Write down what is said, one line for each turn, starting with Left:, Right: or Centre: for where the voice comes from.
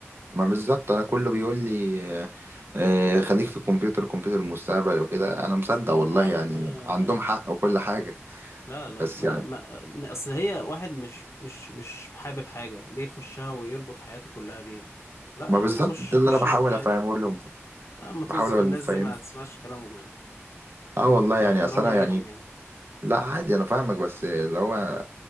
Right: ما بالظبط انا كله بيقول لي آه، آه، خليك في الكمبيوتر الكمبيوتر المستقبل وكده انا مصدق والله
Left: يا عم
Right: يعني
Left: آه،
Right: عندهم حق وكل حاجة
Left: لا لا
Right: بس
Left: ما
Right: يعني
Left: ما ما- أصل هي واحد مش مش مش حابب حاجة ليه يخشها ويربط حياته كلها بيها لا
Right: ما
Left: يا عم
Right: بالظبط
Left: خش
Right: ده اللي
Left: خش
Right: انا بحاول
Left: اللي أنت عايزه
Right: افهمه لهم
Left: لا يا عم طز
Right: بحاول
Left: في الناس
Right: افهمهم
Left: دي ما تسمعش كلامهم يا عم
Right: اه والله
Left: مع
Right: يعني
Left: احترامي
Right: اصل انا
Left: ليهم
Right: يعني
Left: يعني
Right: لا عادي انا فاهمك بس اللي هو